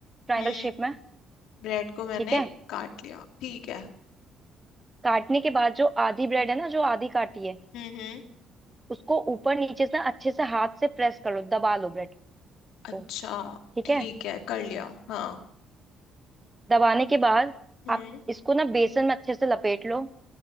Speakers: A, on the right; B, on the left.
A: ट्रायंगल
B: हम्म
A: शेप में
B: ब्रेड को मैंने
A: ठीक है
B: काट लिया ठीक है
A: काटने के बाद जो आधी ब्रेड है ना जो आधी काटी है
B: हम्म हम्म
A: उसको ऊपर नीचे से ना अच्छे से हाथ से प्रेस कर लो दबा लो ब्रेड
B: अच्छा
A: को ठीक
B: ठीक
A: है
B: है कर लिया हाँ
A: दबाने के बाद
B: हम्म
A: आप इसको ना बेसन में अच्छे से लपेट लो